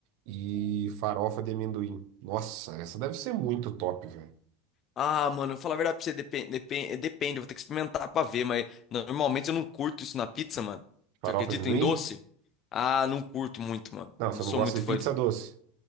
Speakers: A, on the right; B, on the left.
A: e farofa de amendoim. Nossa, essa deve ser muito top, velho.
B: Ah, mano, eu vou falar a verdade pra você, depende, depende, depende, eu vou ter que experimentar pra ver, mas normalmente eu não curto isso na pizza, mano.
A: Farofa
B: Você acredita
A: de amendoim?
B: em doce? Ah, não curto muito, mano.
A: Não,
B: Não
A: você
B: sou
A: não gosta
B: muito
A: de
B: fã
A: pizza
B: de.
A: doce?